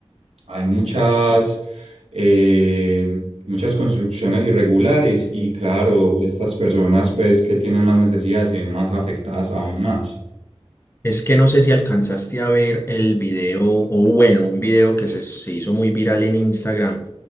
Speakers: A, on the right; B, on the left.
A: hay muchas, eh, muchas construcciones irregulares. Y claro, estas personas pues que tienen más necesidades se ven más afectadas aún más.
B: Es que no sé si alcanzaste a ver el video, o bueno, un video que se, se hizo muy viral en Instagram.